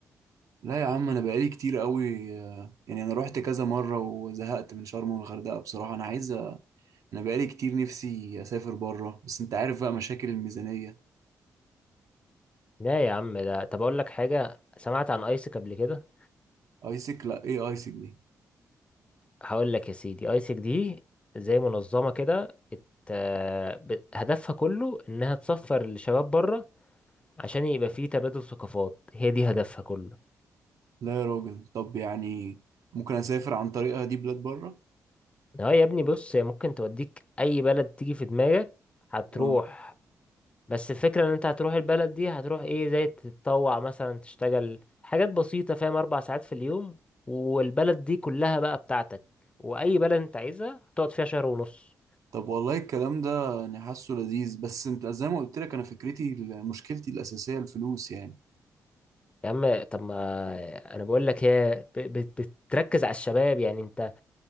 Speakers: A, on the right; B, on the left.
A: لا يا عم انا بقالي كتير قوي آه، يعني انا رحت كذا مرة وزهقت من شرم والغردقة بصراحة انا عايز أ- انا بقالي كتير نفسي اسافر بره بس انت عارف بقى مشاكل الميزانية
B: لا يا عم ده طب اقول لك حاجه سمعت عن ايسك قبل كده
A: ايسك لا ايه ايسك دي
B: هقول لك يا سيدي ايسك دي زي منظمه كده ات- آه، ب- هدفها كله انها تسفر الشباب بره عشان يبقى فيه تبادل ثقافات هي دي هدفها كله
A: لا يا راجل طب يعني ممكن اسافر عن طريقها دي بلاد بره
B: اه يا ابني بص هي ممكن توديك اي بلد تيجي في دماغك هتروح
A: اه
B: بس الفكرة ان انت هتروح البلد دي هتروح ايه زي تتطوع مثلا تشتغل حاجات بسيطة فاهم اربع ساعات في اليوم والبلد دي كلها بقى بتاعتك واي بلد انت عايزها هتقعد فيها شهر ونص
A: طب والله الكلام ده يعني حاسه لذيذ بس انت زي ما قلت لك انا فكرتي مشكلتي الاساسيه الفلوس يعني
B: يا عم طب ما انا بقول لك هي ب- بت- بتركز على الشباب يعني انت